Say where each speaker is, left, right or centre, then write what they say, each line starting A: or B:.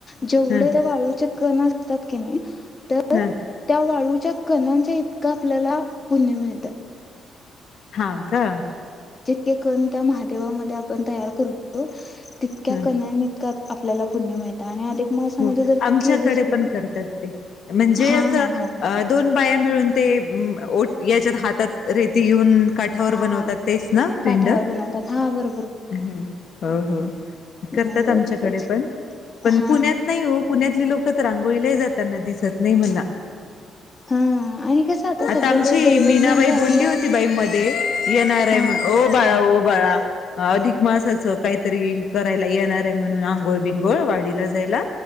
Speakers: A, on the left (about 25°); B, on the left (about 60°).
A: जेवढ्या
B: हा
A: त्या वाळूचे कण असतात की नाही तर
B: हा
A: त्या वाळू त्या कणांच्या इतका आपल्याला पुण्य मिळत.
B: हा का
A: ते कण त्या महादेवामध्ये आपण तयार करतो. त्या
B: ह
A: कणांइतका आपल्याला पुण्य मिळत आणि अधिक मासामध्ये
B: हो
A: जर
B: आमच्याकडे
A: तू केलीस की
B: पण
A: नाही
B: करतात ते म्हणजे
A: हा
B: अस
A: हा हा
B: दोन बाया मिळून ते ओ याच्यात हातात रेती घेऊन काठावर
A: हा
B: बनवतात तेच ना पिंड.
A: काठावर बनवतात हा बरों
B: हो हो करतात
A: मग
B: आमच्याकडे
A: तिथंच
B: पण पण
A: हा
B: पुण्यात नाही हो पुण्यातले लोक तर आंघोळीलाही जाताना दिसत नाही मला.
A: हा आणि कसं
B: आता
A: सगळीकडे
B: आमची
A: डेव्हलपमेंट
B: मीनाबाई
A: झाल्यामुळं
B: बोलली होती बाई मध्ये येणार आहे
A: हा
B: म्हण ओ बाळा ओ बाळा अधिक मासाचं काहीतरी करायला येणार आहे म्हणून आंघोळ बिंगोळ वाडीला जायला